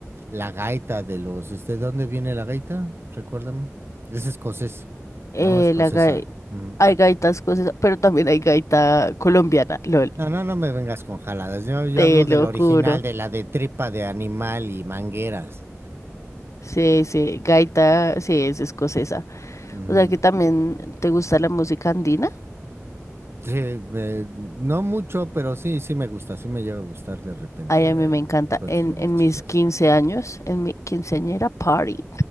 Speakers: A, on the right; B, on the left.
A: la gaita de los, este, ¿de dónde viene la gaita? Recuérdame. Es escocés,
B: Eh,
A: ¿no? Escocesa.
B: la gai-
A: ujú.
B: hay gaitas cosas, pero también hay gaita colombiana, lol,
A: No, no, no me vengas con jaladas. Yo, yo
B: te
A: hablo
B: lo
A: del original,
B: juro.
A: de la de tripa de animal y mangueras.
B: Sí, sí, gaita, sí, es escocesa.
A: Ujú.
B: O sea que también te gusta la música andina.
A: Sí, me- no mucho, pero sí, sí me gusta, sí me llega a gustar de repente.
B: Ay, a mí
A: Hay
B: me encanta.
A: canciones
B: En, en
A: chidas.
B: mis 15 años, en mi quinceañera party,